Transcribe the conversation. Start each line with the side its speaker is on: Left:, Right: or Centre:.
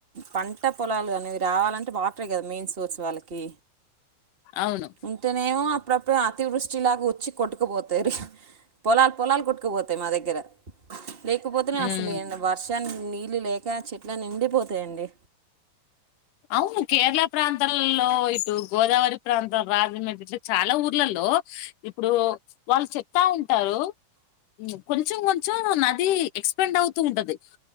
Right: పంట పొలాలు అనేవి రావాలంటే వాటరే కదా మెయిన్ సోర్స్ వాళ్ళకి
Left: అవును
Right: ఉంటేనేమో అప్పుడప్పుడు అతివృష్టిలాగా వచ్చి కొట్టుకుపోతారు పొలాలు పొలాలు కొట్కుపోతాయి మా దగ్గర లేకపోతేనే
Left: ఉమ్
Right: అసలు వర్షానికి నీళ్ళు లేక చెట్లన్నీ ఎండిపోతాయండి
Left: అవును కేరళ ప్రాంతల్లో ఇటు గోదావరి ప్రాంత రాజమండ్రి చాలా ఊర్లలో ఇప్పుడు వాళ్ళు చెప్తా ఉంటారు కొంచెం కొంచెం నది ఎక్స్టెండ్ అవుతూ ఉంటది